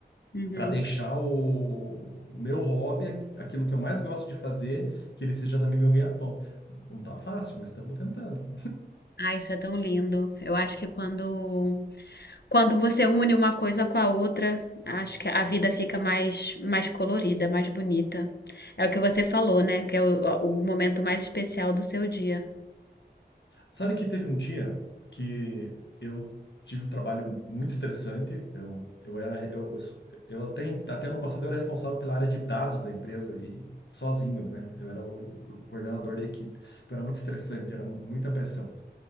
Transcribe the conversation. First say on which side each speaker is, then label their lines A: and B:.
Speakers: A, on the left; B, on the left.
A: Uhum.
B: para deixar o, o meu hobby, aquilo que eu mais gosto de fazer, que ele seja também meu ganha-pão. Não tá fácil, mas estamos tentando.
A: Ah, isso é tão lindo. Eu acho que quando quando você une uma coisa com a outra, acho que a vida fica mais mais colorida, mais bonita. É o que você falou, né? Que é o, o momento mais especial do seu dia.
B: Sabe que teve um dia que eu tive um trabalho muito estressante. Eu, eu era, eu, eu, sou- eu até, até ano passado eu era responsável pela área de dados da empresa e sozinho, né? Eu era o, o coordenador da equipe. Então era muito estressante, era muita pressão.